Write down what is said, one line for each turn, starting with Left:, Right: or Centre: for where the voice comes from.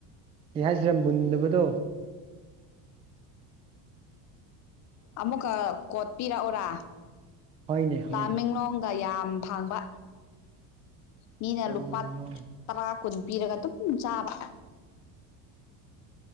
Right: ꯁꯤ ꯍꯥꯏꯁꯤꯔꯥ ꯃꯨꯟꯅꯕꯗꯣ
Left: ꯑꯃꯨꯛꯀ ꯀꯣꯠ ꯄꯤꯔꯛꯎꯔꯥ
Right: ꯍꯣꯏꯅꯦ ꯍꯣꯏꯅꯦ
Left: ꯇꯥꯃꯦꯡꯂꯣꯡꯒ ꯌꯥꯝ ꯐꯥꯡꯕ ꯃꯤꯅ
Right: ꯇꯃꯦꯡꯂꯣꯡ
Left: ꯂꯨꯄꯥ ꯇꯔꯥ ꯀꯨꯟ ꯄꯤꯔꯒ ꯑꯗꯨꯝ ꯆꯥꯕ